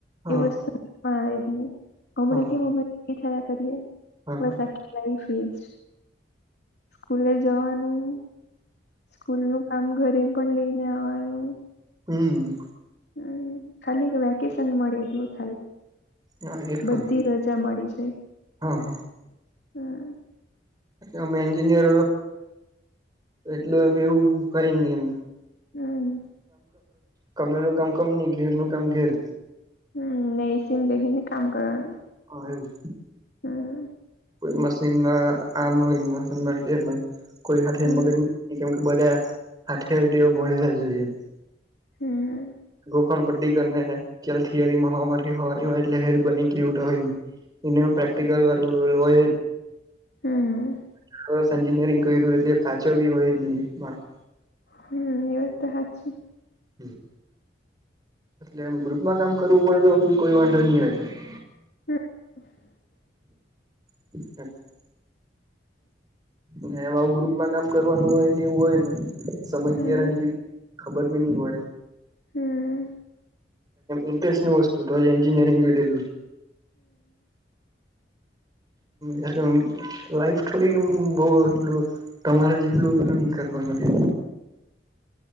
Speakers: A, on the right; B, on the left.
A: હા
B: એ વસ્તુ આવે જ નહી
A: હા
B: હમણા કેમ હ થયા કરીએ
A: હા
B: બસ આખી લાઈફ એજ સ્કૂલે જવાનું સ્કૂલ નું કામ ઘરે પણ લઈને આવવાનું
A: હમ
B: હમ ખાલી વેકેશન મળે એટલું થાય
A: હ એે ખરું
B: બધી રજા મળી જાય
A: હા
B: હમ
A: અમે એન્જિયર એટલું એમ એવું કઈ નહી એમ
B: હમ
A: કંપની નું કામ કંપની એ ને ઘેર નું કામ ઘેર
B: હમ એસી મ બેહીને કામ કરવાનું
A: હા એવું
B: હમ
A: કોઈ મશીનમાં આમ હોય મશીન માં ડેમેજ હોય કોઈ હાથે
B: હમ
A: મગજ <unintelligible> કેમ કે બધા હાથે હોય તેવ ભણેલા જ હોય એમ <inaudible>
B: હમ
A: ગોખણ પટ્ટી કરી ને ક્યા થિયરીમાં હોવા થી હોય એટલે હેલ્ બની ગય એવુંય એને પ્રેક્ટિકલ વારું <unintelligible> હોય જ
B: હમ
A: <unintelligible> એન્જિનિયરિંગ કર્યું એટલે કાચો બી હોય જ નહીં મારો
B: હમ એવ તો હાચી
A: હમ્મ એટલે એમ ગ્રુપમાં કામ કરવું પડે તો બ કોઈ વાંધો નહી હોય એ
B: <unintelligible>
A: <unintelligible> ના એમાં આવું ગ્રુપમાં કામ કરવાનું હોય ને એવું હોય ને સમય
B: હમ
A: ક્યારે નીકળી ખબર બી નહીં પડે
B: હમ
A: ઇન્ટરેસ્ટ નું વસ્તુ તો એન્જિનયરિંગ લીધેલું <inaudible> લાઈફ થોડીક એમ બઉ એટલું તમારે જેટલું બધું નહી કરવાનું રે